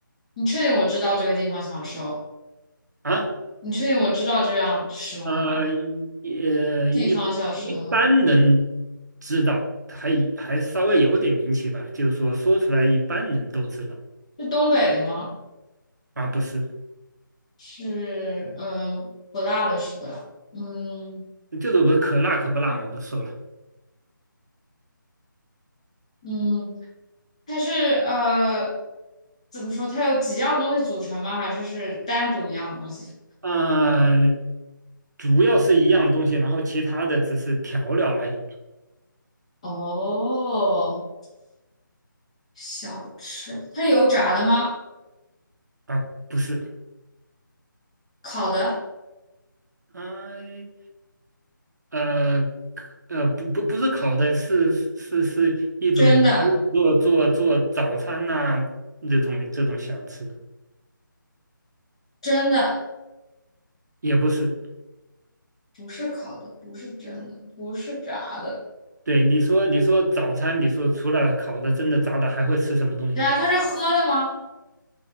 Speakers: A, on the left (about 20°); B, on the right (about 55°).
A: 你确定我知道这个地方小吃哦？
B: 啊。
A: 你确定我知道这样食物吗？
B: 呃，一呃，一一般人知道，
A: 地方小吃的话，
B: 还还稍微有点名气吧，就是说说出来一般人都知道，
A: 是东北的吗？
B: 啊，不是
A: 是，嗯，不辣的是不辣？嗯
B: 就是我可辣可不辣嘛，不是说了，
A: 嗯。它是呃，怎么说？它有几样东西组成吗？还是是单独一样东西？
B: 啊，主要是一样东西，然后其他的只是调料而已，
A: 哦，小吃，它是油炸的吗？
B: 啊，不是，
A: 烤的，
B: 呃呃呃，不不不是烤的是，是是一种做做做做早餐呐、
A: 真的，
B: 这种这种小吃，
A: 真的，
B: 也不是。
A: 不是烤的，不是真的，不是炸的。
B: 对，你说你说早餐，你说除了烤的、蒸的、炸的，还会吃什么东西呢？
A: 对啊，它是喝的吗？